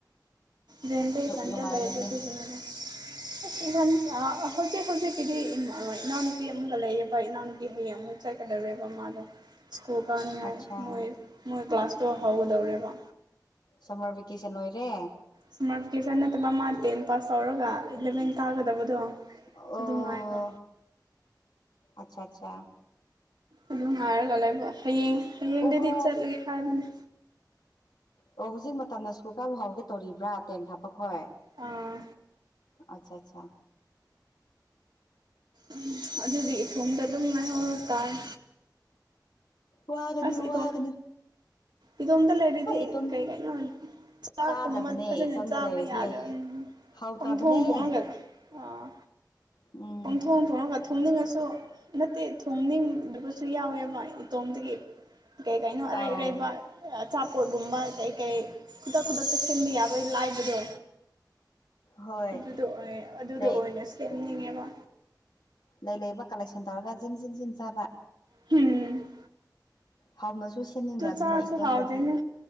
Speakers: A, on the right; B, on the left.
A: ꯔꯦꯟꯗ ꯏꯊꯟꯇ
B: ꯅꯨꯡꯉꯥꯏꯔꯤꯅꯦ
A: ꯂꯩꯕꯗꯨ <unintelligible> <unintelligible> ꯍꯧꯖꯤꯛ ꯍꯧꯖꯤꯛꯀꯤꯗꯤ ꯏꯅꯥꯎꯅꯨꯄꯤ ꯑꯃꯒ ꯂꯩꯌꯦꯕ ꯏꯅꯥꯎꯅꯨꯄꯤ ꯍꯌꯦꯡ ꯑꯃꯨꯛ ꯆꯠꯀꯗꯧꯔꯦꯕ ꯃꯥꯗꯣ꯫ ꯁ꯭ꯀꯨꯜ ꯀꯥꯅꯤꯡꯉꯥꯏ
B: ꯑꯠꯆꯥ
A: ꯃꯣꯏ ꯃꯣꯏ ꯀ꯭ꯂꯥꯁꯇꯣ ꯍꯧꯒꯗꯧꯔꯦꯕ
B: ꯁꯝꯃꯔ ꯚꯦꯀꯦꯁꯟ ꯂꯣꯏꯔꯦ꯫
A: ꯁꯃꯥꯔꯕꯀꯦꯁꯟ ꯅꯠꯇꯕ ꯑꯃ ꯇꯦꯟ ꯄꯥꯁ ꯇꯧꯔꯒ ꯏꯂꯚꯦꯟ ꯀꯥꯒꯗꯕꯗꯣ꯫
B: ꯑꯣ
A: ꯑꯗꯨ ꯉꯥꯏꯕ
B: ꯑꯆꯥ ꯆꯥ
A: ꯑꯗꯨ ꯉꯥꯏꯔꯒ ꯂꯩꯕ ꯍꯌꯦꯡ ꯍꯌꯦꯡꯗꯗꯤ
B: ꯑꯣꯍꯣ
A: ꯆꯠꯂꯦ ꯍꯥꯏꯕꯅꯤ꯫
B: ꯑꯣ ꯍꯧꯖꯤꯛ ꯃꯇꯝꯅ ꯁ꯭ꯀꯨꯜ ꯀꯥꯕ ꯐꯥꯎꯒꯦ ꯇꯧꯔꯤꯕ꯭ꯔꯥ ꯇꯦꯟ ꯊꯥꯄꯈꯣꯏ꯫
A: ꯑꯥ
B: ꯑꯆꯥ ꯑꯆꯥ
A: ꯎꯝ ꯑꯗꯨꯗꯤ ꯏꯊꯣꯡꯗ ꯑꯗꯨꯝ ꯉꯥꯏꯍꯧ ꯇꯔꯦ꯫
B: ꯋꯥꯒꯅꯨ
A: ꯑꯁ ꯏꯇꯣꯝ
B: ꯋꯥꯒꯅꯨ
A: ꯏꯇꯣꯝꯇ ꯂꯩꯔꯤꯗꯤ
B: ꯍꯣꯏ ꯏꯇꯣꯝ
A: ꯀꯩ ꯀꯩꯅꯣ ꯆꯥꯛꯀꯨꯝꯕ
B: ꯆꯥꯗꯕꯅꯦ
A: ꯐꯖꯅ
B: ꯏꯇꯣꯝꯗ
A: ꯆꯥꯕ
B: ꯂꯩꯔꯗꯤ
A: ꯌꯥꯗꯕꯝ
B: ꯍꯥꯎꯇꯕꯅꯦ
A: ꯄꯪ ꯊꯣꯡ ꯊꯣꯡꯅꯒꯗ ꯑꯥ
B: ꯎꯝ
A: ꯄꯣꯡꯊꯣꯡ ꯊꯣꯡꯉꯒ ꯊꯣꯡꯅꯤꯡꯉꯁꯨ ꯅꯠꯇꯦ ꯊꯣꯡꯅꯤꯡꯗꯕꯁꯨ ꯌꯥꯎꯋꯦꯕ ꯏꯇꯣꯝꯗꯒꯤ꯫ ꯀꯩ ꯀꯩꯅꯣ ꯑꯔꯩ
B: ꯑꯧ
A: ꯑꯔꯩꯕ꯫ ꯑꯆꯥꯄꯣꯠꯒꯨꯝꯕ ꯀꯩꯀꯩ ꯈꯨꯗꯛ ꯈꯨꯗꯛꯇ ꯁꯦꯝꯕ ꯌꯥꯕꯒꯤ ꯂꯥꯏꯕꯗꯣ꯫
B: ꯍꯣꯏ
A: ꯑꯗꯨꯗ ꯑꯣꯏ ꯑꯗꯨꯗ
B: ꯂꯩ
A: ꯑꯣꯏꯅ ꯁꯦꯝꯅꯤꯡꯉꯦꯕ꯫
B: ꯂꯩ ꯂꯩꯕ ꯀꯂꯦꯛꯁꯟ ꯇꯧꯔꯒꯖꯤꯟ ꯖꯤꯟꯁꯤꯟ ꯆꯥꯕ
A: ꯍꯨꯝ꯫
B: ꯍꯥꯎꯅꯁꯨ ꯁꯦꯝꯅꯤꯡꯗꯕꯅꯦ
A: ꯆꯥꯔꯁꯨ
B: ꯏꯇꯣꯝꯗꯗꯤ
A: ꯍꯥꯎꯗꯦꯅꯦ